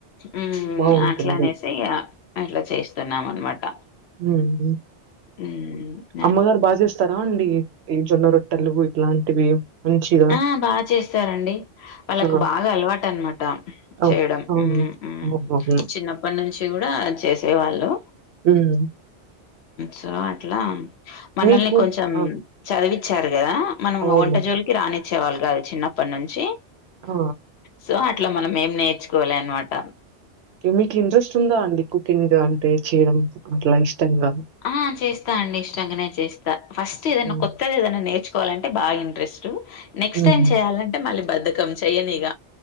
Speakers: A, on the left (about 70°); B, on the right (about 70°).
A: ఉమ్
B: బావుంటుంది.
A: అట్ల అనేసి ఇగ అట్ల చేస్తున్నాం అనమాట
B: ఉమ్
A: ఊ
B: అమ్మగారు బా చేస్తారా అండి ఈ జొన్న రొట్టెలు ఇట్లాంటివి మంచిగా?
A: ఆ బా చేస్తారండి వాళ్ళకు
B: ఆ!
A: బాగా అలవాటు అనమాట
B: ఓహ్!
A: చేయడం
B: అవును.
A: ఉమ్ ఉమ్
B: అవునవును.
A: చిన్న ప్పటి నుంచి కూడా చేసేవాళ్ళు
B: ఉమ్
A: సో అట్లా మనల్ని
B: మీకు
A: కొంచెం
B: ఆ!
A: చదివిచ్చారు కదా మనం
B: అవునవును.
A: వంటజోలికి రానిచ్చేవాళ్ళు కాదు చిన్నప్పటి నుంచి
B: ఆ
A: సో అట్ల మనం ఏం నేర్చుకోలే అనమాట
B: మీకు ఇంట్రెస్ట్ ఉందా అండి కుకింగ్ అంటే చేయడం లైఫ్ స్టైల్ గా
A: ఆ చేస్తా అండి ఇష్టంగానే చేస్తా ఫస్ట్ ఏదన్నా
B: హ్మ్.
A: కొత్తది ఏదన్నా నేర్చు కోవాలంటే బాగా ఇంట్రెస్ట్ నెక్స్ట్
B: హ్మ్.
A: టైం చేయాలంటే మళ్ళీ బధకం చెయనిగ